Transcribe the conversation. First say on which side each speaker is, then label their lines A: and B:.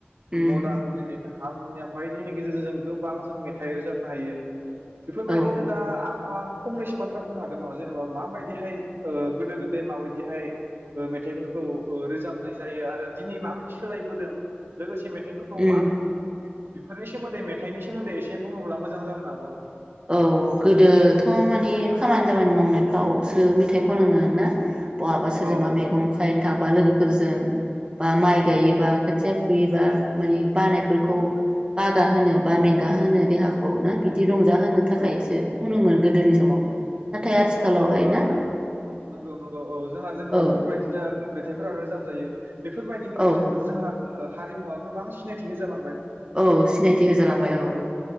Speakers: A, on the right (about 25°); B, on the right (about 85°).
A: उम
B: मडार्न जोंनिया हारमुनियाम बायदिनि गेजेरजों गोबां जों मेथाइ रोजाबनो हायो ‌ बेफोरबायदिनो
A: औ
B: दा आब' आ फंनैसो बाथ्रा बुंनो हागोन नामा जेनेबा माबायदिहाय ओ गोदो-गोदाय माबायदि बिदिहाय ओ‌ मेथाइफोरखौ ओ रोजाबनाय जायो आरो दिनै माबायदि सोलायबोदों लोगोसे मे बेफोरखौ
A: उम
B: माबायदि बेफोरनि सोमोन्दै मेथाइनि सोमोन्दै एसे बुङोब्ला मोजां जागोन आब'आ ।
A: औ गोदोथ' माने खामानि दामानि मावनो फ्रावसो मेथाइ खनोमोन ना? बहाबा सोरजोंबा
B: औ
A: मैगं खाहैनो थां बा लोगोफोरजों बा माइ गायोबा खोथिया फुयोबा । माने बानायफोरखौ बागा होनो बा मेंगा होनो देहाखौ ना बिदि रंजा होनो थाखायसो
B: औ
A: फुनोमोन गोदोनि समाव नाथाय आथिखालावहाय
B: औ औ ओ
A: ना
B: जों नंगौ नंगौ औ जोंहा जेनेबा
A: औ
B: बेफोरबायदिनो मेथाइफोरा रोजाब जायो बेफो बेफोरबायदिनि गेजेरजों
A: औ
B: जोंहा हारिमुवा गोबां सिनायथि होजाला
A: औ सिनायथि होजालांबाय औ।